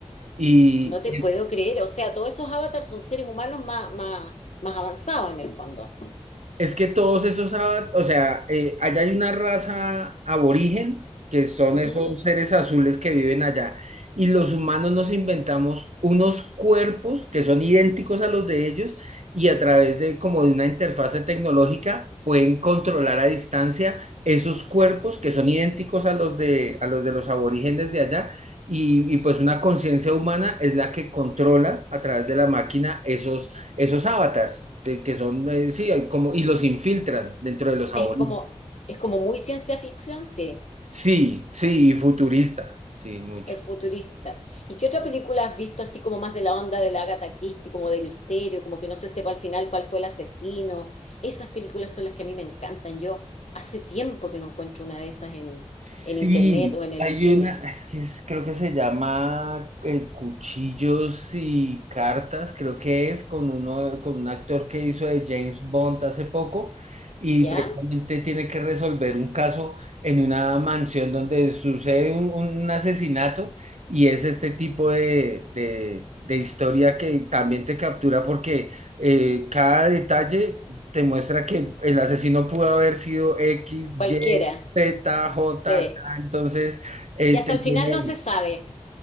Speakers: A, on the right; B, on the left.
A: Y,
B: No te puedo creer. O sea, todos esos avatars son seres humanos más, más, más avanzados en el fondo.
A: Es que todos esos, ava- o sea, eh, allá hay una raza aborigen, que son
B: Ujú.
A: esos seres azules que viven allá, y los humanos nos inventamos unos cuerpos que son idénticos a los de ellos y a través de como de una interfase tecnológica pueden controlar a distancia esos cuerpos que son idénticos a los de, a los de los aborígenes de allá. Y, y pues una conciencia humana es la que controla a través de la máquina esos, esos avatars, de, que son, eh, sí, hay como, y los infiltran dentro de los aborígenes.
B: Es como, es como muy ciencia ficción, sí.
A: Sí, sí, y futurista, sí, mucho.
B: Es futurista. ¿Y qué otra película has visto así como más de la onda de la Agatha Christie, como de misterio, como que no se sepa al final cuál fue el asesino? Esas películas son las que a mí me encantan. Yo hace tiempo que no encuentro una de esas en,
A: Sí,
B: en internet o en el
A: hay
B: cine.
A: una, es que es- creo que se llama eh, Cuchillos y Cartas, creo que es con uno, con un actor que hizo de James Bond hace poco y
B: ¿Ya?
A: precisamente tiene que resolver un caso en una mansión donde sucede un, un asesinato y es este tipo de, de- de historia que también te captura porque eh, cada detalle te muestra que el asesino pudo haber sido X,
B: Cualquiera.
A: Y. Z, J,
B: Sí.
A: K, entonces eh,
B: Y hasta
A: te
B: el
A: tienen-
B: final no se sabe.